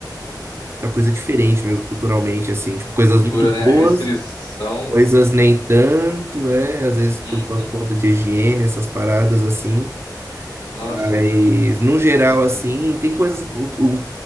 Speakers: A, on the right; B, on the left.
A: muita coisa diferente mesmo, culturalmente, assim, tipo, coisas
B: Cultura,
A: muito boas,
B: né? Restrição.
A: coisas nem tanto, é, às vezes por,
B: Uhum.
A: por conta de higiene, essas paradas assim,
B: Nossa,
A: mas no geral,
B: verdade.
A: assim, tem coisas, o, o,